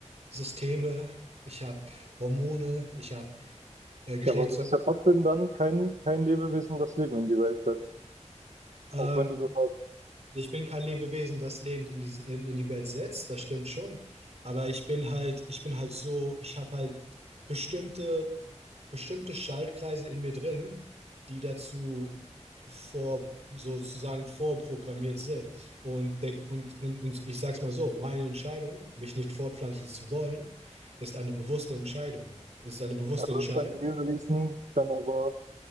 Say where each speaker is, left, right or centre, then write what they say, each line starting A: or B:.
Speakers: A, on the right; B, on the right.
A: Systeme, ich habe Hormone, ich habe äh, Geschlechts,
B: Ja, aber du bist ja trotzdem dann kein, kein Lebewesen, das Leben in die Welt setzt.
A: ähm,
B: Auch wenn du das hast.
A: ich bin kein Lebewesen, das Leben in die, in, in die Welt setzt, das stimmt schon. Aber ich bin halt, ich bin halt so, ich habe halt bestimmte, bestimmte Schaltkreise in mir drin, die dazu vor, sozusagen vorprogrammiert sind. Und, der, und, und, und ich sag's mal so, meine Entscheidung, mich nicht fortpflanzen zu wollen, ist eine bewusste Entscheidung. Ist eine bewusste
B: Also
A: Entscheidung,
B: du bist halt ein Lebewesen, dann aber